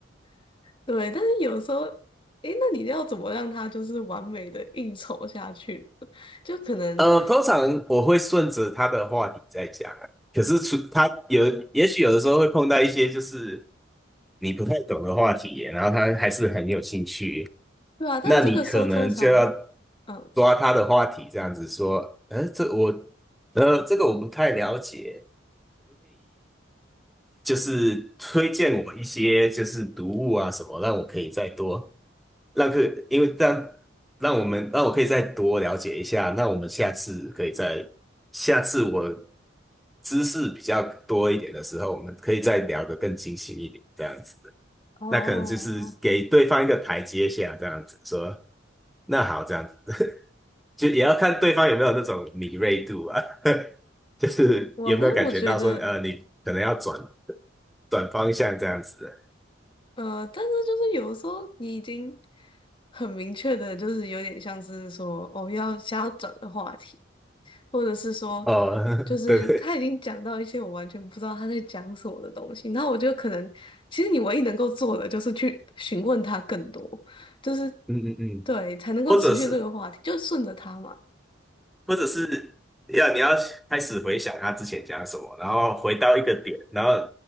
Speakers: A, on the left; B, in the centre.
A: 对，但是有时候，诶，那你要怎么让他就是完美的应酬下去呢 <laughs> 就可能，
B: 呃，通常我会顺着他的话题在讲啊，可是除他有，也许有的时候会碰到一些就是你不太懂的话题耶，然后他还是很有兴趣，
A: 对啊，但这个时候通常，
B: 那你可能就要
A: 嗯，
B: 抓他的话题，这样子说，呃，这我，呃，这个我不太了解，就是推荐我一些就是读物啊什么，让我可以再多让可，因为这样让我们让我可以再多了解一下，那我们下次可以再下次我知识比较多一点的时候，我们可以再聊得更精细一点，这样子，
A: 哦，
B: 那可能就是给对方一个台阶下，这样子说，那好，这样子 <laughs> 就也要看对方有没有那种敏锐度啊。<laughs> 就是有没有感觉到说，
A: 哇，可是我觉得。
B: 呃，你可能要转转方向这样子的。
A: 呃，但是就是有的时候你已经很明确的，就是有点像是说，哦，要想要转个话题，或者是说，
B: 哦，
A: 就是他已经讲到一些我完全不知道他在讲什么的东西，
B: <laughs> 对对，
A: 那我就可能，其实你唯一能够做的就是去询问他更多，就是
B: 嗯嗯嗯，
A: 对，才能够持续这个话题，
B: 或者是
A: 就顺着他嘛。
B: 或者是要你要开始回想他之前讲什么，然后回到一个点，然后